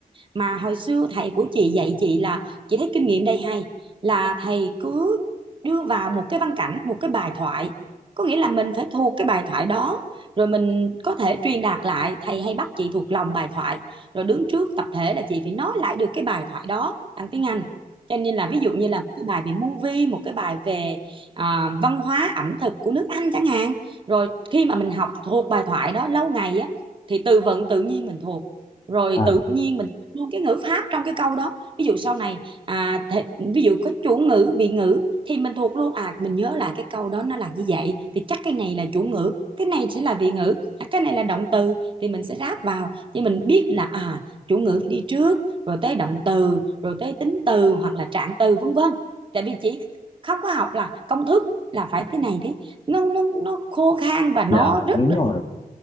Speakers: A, on the right (about 35°); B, on the left (about 35°).
A: mà hồi xưa thầy của chị dạy chị là chị thấy kinh nghiệm đây hay là thầy cứ đưa vào một cái văn cảnh một cái bài thoại có nghĩa là mình phải thuộc cái bài thoại đó rồi mình có thể truyền đạt lại thầy hay bắt chị thuộc lòng bài thoại rồi đứng trước tập thể là chị phải nói lại được cái bài thoại đó bằng tiếng Anh cho nên là ví dụ như là một cái bài về movie một cái bài về à, văn hóa ẩm thực của nước Anh chẳng hạn rồi khi mà mình học thuộc bài thoại đó lâu ngày á thì từ vựng tự nhiên mình thuộc rồi
B: à
A: tự nhiên mình luôn cái ngữ pháp trong cái câu đó ví dụ sau này à, thể, ví dụ có chủ ngữ vị ngữ thì mình thuộc luôn à mình nhớ lại cái câu đó nó là như vậy thì chắc cái này là chủ ngữ cái này sẽ là vị ngữ à, cái này là động từ thì mình sẽ ráp vào nhưng mình biết là à chủ ngữ phải đi trước rồi tới động từ rồi tới tính từ hoặc là trạng từ vân vân tại vì chỉ không có học là công thức là phải thế này thế nó nó nó khô khan và nó
B: dạ
A: rất
B: đúng
A: là
B: rồi